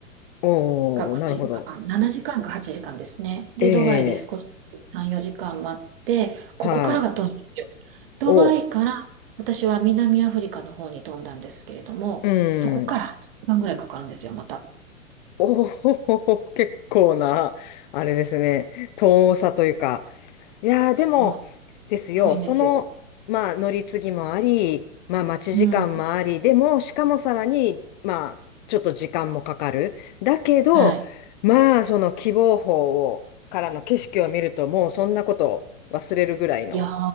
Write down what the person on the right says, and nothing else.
が9時間、
7時間か8時間ですね。で、
ドバイで少し3、4時間待って、
ここからが飛んだんですよ。ドバイから私は南アフリカの方に飛んだんですけれども、
そこから8時間ぐらいかかるんですよ、
また。
そう、
遠いんですよ。
うん。
はい。
いやー、